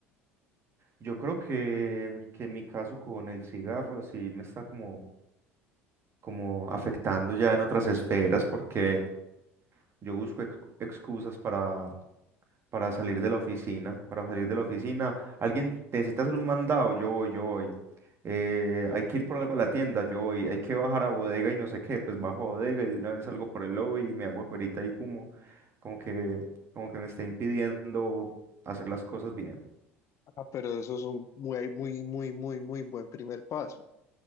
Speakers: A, on the right; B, on the left.
A: Yo creo que, que mi caso con el cigarro sí me está como como afectando ya en otras esferas, porque yo busco ex- excusas para, para salir de la oficina, para salir de la oficina. Alguien necesita hacer un mandado, yo voy, yo voy. Eh, hay que ir por algo a la tienda, yo voy. Hay que bajar a bodega y no sé qué, pues bajo a bodega y de una vez salgo por el lobby y me hago afuerita y fumo. Como que, como que me está impidiendo hacer las cosas bien.
B: Ah, pero eso es un muy, muy, muy, muy, muy buen primer paso.